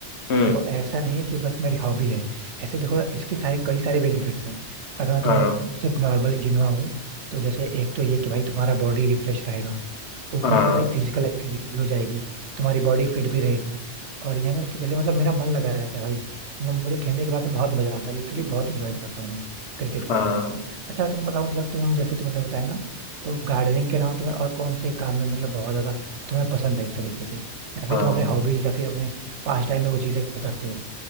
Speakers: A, on the left; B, on the right.
A: हम्म
B: देखो ऐसा नहीं है कि बस मेरी हॉबी है ऐसे देखो इसके सारे कई सारे बेनिफिट्स हैं अगर मैं तुमको
A: हाँ
B: सिर्फ नॉर्मली गिनवाऊं तो जैसे एक तो ये कि भाई तुम्हारा बॉडी रिफ्रेश रहेगा ऊपर
A: हाँ
B: से भाई फिजिकल एक्टिविटी भी हो जाएगी तुम्हारी बॉडी फिट भी रहेगी और ये ना कि जैसे मतलब मेरा मन लगा रहता है भाई मतलब मुझे खेलने के बाद में बहुत मजा आता है लिटरली बहुत इंजॉय करता हूँ मैं क्रिकेट
A: हाँ
B: खेलना अच्छा तुम बताओ मतलब तुम जैसे तुमने बताया ना तो गार्डनिंग के अलावा तुम्हें और कौन से काम में मतलब बहुत ज्यादा तुम्हें पसंद है एक तरीके से या
A: हाँ
B: फिर तुम अपने हॉबीज या फिर अपने पास्ट टाइम में वो चीजें करते हो